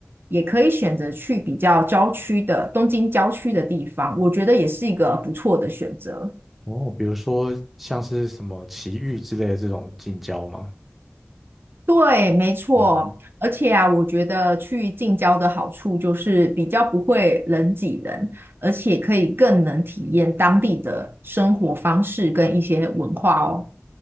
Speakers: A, on the right; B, in the centre.
A: 也可以选择去比较郊区的东京郊区的地方，我觉得也是一个不错的选择。
B: 哦，比如说像是什么埼玉之类的这种近郊吗？
A: 对，没错，
B: 嗯，
A: 而且啊，我觉得去近郊的好处就是比较不会人挤人，而且可以更能体验当地的生活方式跟一些文化哦。